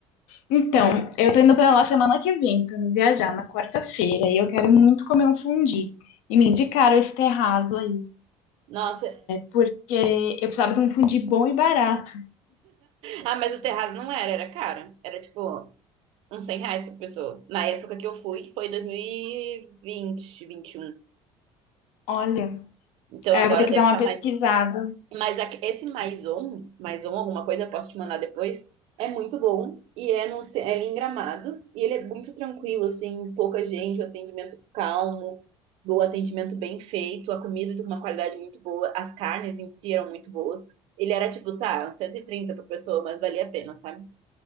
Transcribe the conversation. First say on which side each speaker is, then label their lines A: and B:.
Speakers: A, on the left; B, on the right.
A: Então, eu tô indo pra lá semana que vem, tô indo viajar na quarta-feira e eu quero muito comer um fundi. E me indicaram esse terraço aí,
B: Nossa. <laughs>
A: porque eu precisava de um fundi bom e barato.
B: Ah, mas o terraço não era, era cara. Era tipo uns 100 reais por pessoa. Na época que eu fui, que foi 2020, 21.
A: Olha,
B: Então
A: aí
B: agora
A: eu vou ter que
B: deve
A: dar
B: estar
A: uma pesquisada.
B: mais. Mas aque- esse mais um, mais um, alguma coisa, eu posso te mandar depois. É muito bom e é no ce- é ali em Gramado e ele é muito tranquilo, assim, pouca gente, o atendimento calmo, o atendimento bem feito, a comida de uma qualidade muito boa, as carnes em si eram muito boas. Ele era tipo, sabe, uns 130 por pessoa, mas valia a pena, sabe?